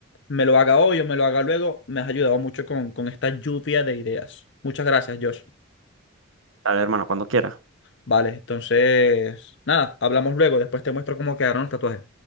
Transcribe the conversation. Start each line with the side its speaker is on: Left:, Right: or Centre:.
Left: me lo haga hoy o me lo haga luego. Me has ayudado mucho con, con esta lluvia de ideas. Muchas gracias, Josh.
Right: Dale, hermano, cuando quieras.
Left: Vale, entonces, nada, hablamos luego. Después te muestro cómo quedaron los tatuajes.